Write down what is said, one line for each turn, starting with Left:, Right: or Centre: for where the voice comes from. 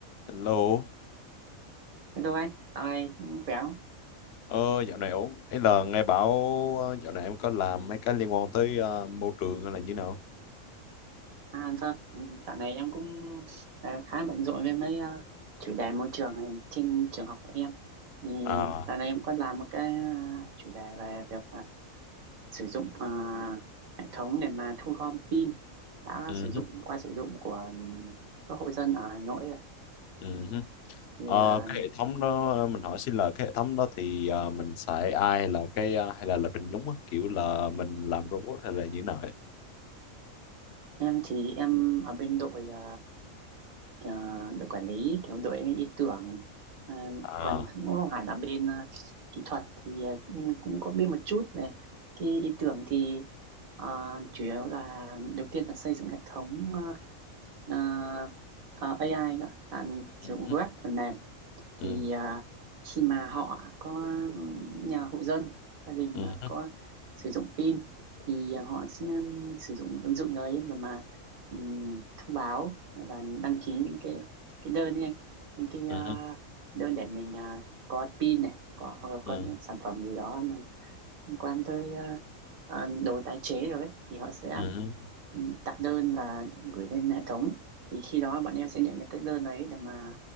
Left: Hello,
Right: Hello anh, dạo này cũng khỏe không?
Left: ờ, dạo này ổn. Ấy là nghe bảo ờ, dạo này em có làm mấy cái liên quan tới ờ, môi trường hay là như nào?
Right: À làm sao? Ừ, Dạo này em cũng ờ, khá bận rộn với mấy ờ, chủ đề môi trường này trên trường học của em. Thì
Left: À,
Right: dạo này em có làm một cái ờ, chủ đề về việc ờ, sử dụng ờ, hệ thống để mà thu gom pin đã
Left: ừ,
Right: sử dụng qua sử dụng của các hộ dân ở Hà Nội.
Left: ừ.
Right: Thì
Left: Ờ,
Right: ờ,
Left: cái hệ thống đó mình hỏi xin là cái hệ thống đó thì ờ, mình xài AI là cái ờ, hay là lập trình nhúng á, kiểu là mình làm robot hay là như nào ấy?
Right: em thì em ở bên đội ờ, ờ, đội quản lý kiểu đội ý tưởng Ờ,
Left: À,
Right: còn cũng không hẳn là bên ờ, kỹ thuật thì ờ, nhưng mình cũng có biết một chút về cái ý tưởng thì ờ, chủ yếu là đầu tiên là xây dựng hệ thống ờ, ờ, ờ, AI nữa là
Left: ừ,
Right: sử dụng
Left: ừ,
Right: web phần mềm thì
Left: ừ,
Right: à, khi mà họ có những nhà hộ dân gia đình
Left: ừ,
Right: mà
Left: ừ,
Right: có sử dụng pin thì ờ, họ sẽ sử dụng ứng dụng đấy mà mà ừm, thông báo hay là đăng ký những cái cái đơn đi anh những cái à,
Left: ừ,
Right: đơn để mình à, có pin này có hoặc là có
Left: ừ,
Right: những sản phẩm gì đó mà liên quan tới à, à, đồ tái chế rồi ấy thì họ sẽ
Left: ừ,
Right: ừ, tạo đơn và gửi lên hệ thống thì khi đó bọn em sẽ nhận được các đơn đấy để mà